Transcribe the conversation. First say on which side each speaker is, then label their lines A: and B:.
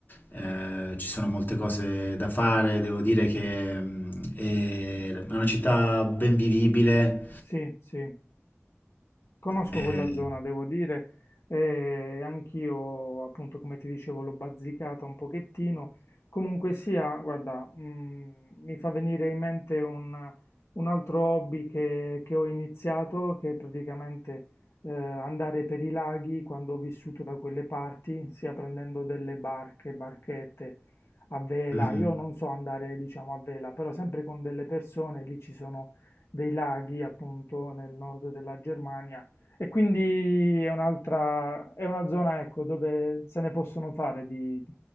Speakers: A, on the left (about 40°); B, on the left (about 65°).
A: eh, ci sono molte cose da fare, devo dire che mm, è una città ben vivibile.
B: sì, sì. Conosco
A: eh,
B: quella zona,
A: eh,
B: devo dire, e anch'io, appunto, come ti dicevo, l'ho bazzicata un pochettino. Comunque sia, guarda, mm, mi fa venire in mente un, un altro hobby che, che ho iniziato, che è praticamente eh, andare per i laghi quando ho vissuto da quelle parti, sia prendendo delle barche, barchette a vela.
A: mhm,
B: Io non so andare, diciamo, a vela, però sempre con delle persone, lì ci sono dei laghi, appunto, nel nord della Germania e quindi è un'altra, è una zona, ecco, dove se ne possono fare di,